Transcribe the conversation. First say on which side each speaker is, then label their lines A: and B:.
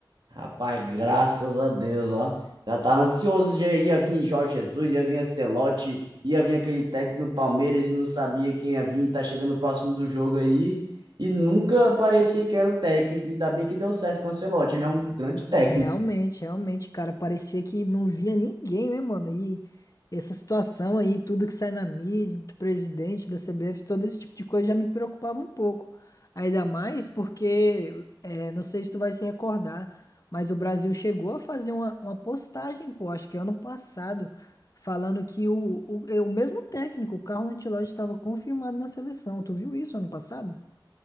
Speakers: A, on the right (about 65°); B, on the left (about 45°).
A: Rapaz, graças a Deus, ó. Já tava ansioso, já ia vir Jorge Jesus, ia vir Ancelotti, ia vir aquele técnico no Palmeiras e não sabia quem ia vir, tá chegando próximo do jogo aí, e nunca parecia que era o técnico, ainda bem que deu certo com o Ancelotti, ele é um grande técnico.
B: Realmente, realmente, cara, parecia que não via ninguém, né, mano? E essa situação aí, tudo que sai na mídia, do presidente da CBF, todo esse tipo de coisa já me preocupava um pouco. Ainda mais porque, é, não sei se tu vai se recordar, mas o Brasil chegou a fazer uma, uma postagem, pô, acho que ano passado, falando que o, o, é, o mesmo técnico, o Carlo Ancelotti, estava confirmado na seleção. Tu viu isso ano passado?